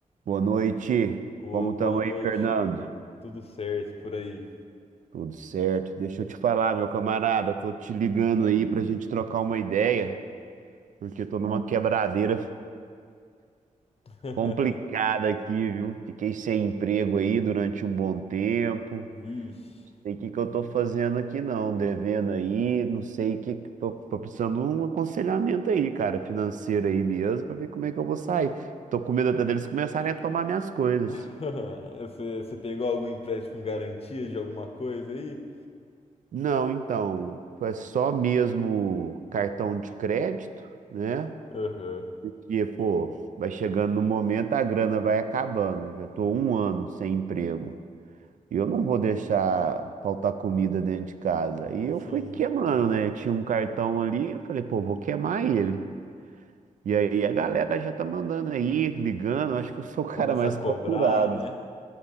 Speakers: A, on the right (about 65°); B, on the left (about 45°).
A: Boa noite.
B: Ô,
A: Como estamos
B: boa noite,
A: aí, Fernando?
B: Hugo. Tudo certo por aí?
A: Tudo certo. Deixa eu te falar, meu camarada, tô te ligando aí pra gente trocar uma ideia, porque tô numa quebradeira
B: <laughs>
A: complicada aqui, viu? Fiquei sem emprego aí durante um bom tempo.
B: Vixe.
A: Sei o que que eu tô fazendo aqui não, devendo aí, não sei o que que tô, tô precisando de um aconselhamento aí, cara, financeiro aí mesmo, pra ver como é que eu vou sair. Tô com medo até deles começarem a tomar minhas coisas.
B: <laughs> Você, você pegou algum empréstimo com garantia de alguma coisa aí?
A: Não, então, foi só mesmo cartão de crédito, né?
B: Aham.
A: Porque, pô, vai chegando no momento, a grana vai acabando. Já tô um ano sem emprego. E eu não vou deixar faltar comida dentro de casa. E eu
B: Sim.
A: fui queimando, né? Eu tinha um cartão ali, eu falei, pô, vou queimar ele. E aí a galera já tá mandando aí, ligando. eu Acho que eu sou o cara
B: Começa
A: mais
B: a cobrar,
A: procurado.
B: né?